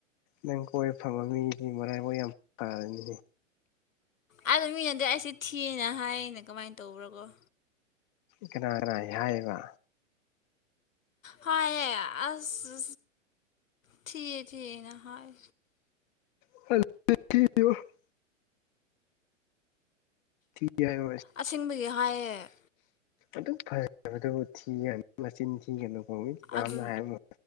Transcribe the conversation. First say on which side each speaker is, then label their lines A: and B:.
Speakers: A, on the left; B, on the left.
A: ꯅꯪ ꯀꯣꯏꯕ ꯐꯪꯕ ꯃꯤꯗꯤ ꯃꯔꯥꯏꯕꯣꯛ ꯌꯥꯝꯅ ꯐꯔꯅꯤ
B: ꯑꯗꯣ ꯃꯤꯅꯗꯤ ꯑꯩꯁꯦ ꯊꯤꯅ ꯍꯥꯏꯌ‌ꯦꯅ‌ꯦ ꯀꯃꯥꯏꯅ ꯇꯧꯕ꯭ꯔ‌ꯣ ꯀ‌ꯣ
A: ꯀꯅꯥ ꯀꯅꯥ ꯍꯥꯏꯕ
B: ꯍꯥꯏꯌ‌ꯦ ꯑꯁ ꯊꯤꯌ‌ꯦ ꯊꯤꯌ‌ꯦ ꯅ ꯍꯥꯏ
A: <unintelligible> ꯊꯤ ꯍꯥꯏꯕ
B: ꯑꯁꯦꯡꯕꯒꯤ ꯍꯥꯏꯌꯦ
A: ꯑꯗꯨꯛ ꯐꯖꯕꯗꯨꯕꯨ ꯊꯤꯒꯅꯤ ꯃꯆꯤꯟ ꯊꯤꯒꯅꯨ ꯐꯥꯎꯋ ꯃꯔꯝꯅ
B: ꯑꯗꯨ
A: ꯍꯥꯏꯔꯝꯃ